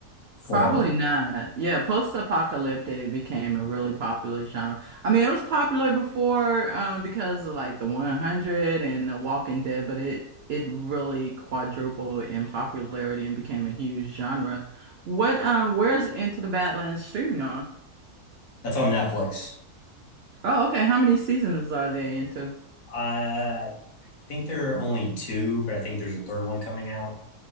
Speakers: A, on the right; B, on the left.
A: Probably
B: Or
A: not. Yeah, post-apocalyptic became a really popular genre. I mean, it was popular before um, because of like the 100 and The Walking Dead, but it it really quadrupled in popularity and became a huge genre. What um where's Into the Badlands streaming on?
B: that's on Netflix.
A: Oh, okay. How many seasons are they into?
B: I think there are only two, but I think there's a third one coming out.